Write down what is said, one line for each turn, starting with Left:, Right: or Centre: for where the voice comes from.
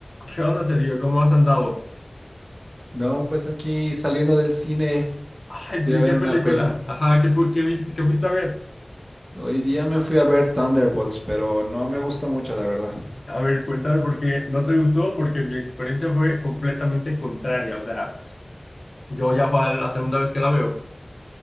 Left: ¿Qué onda, Sergio? ¿Cómo has andado?
Right: No, pues aquí saliendo del cine
Left: Ay,
Right: fui
Left: ¿qué,
Right: a ver
Left: qué
Right: una
Left: película?
Right: peli.
Left: Ajá, ¿qué fue, qué viste, qué fuiste a ver?
Right: Hoy día me fui a ver Thunderbolts, pero no me gustó mucho, la verdad.
Left: A ver, cuéntame por qué no te gustó, porque mi experiencia fue completamente contraria. O sea, yo ya fue la segunda vez que la veo.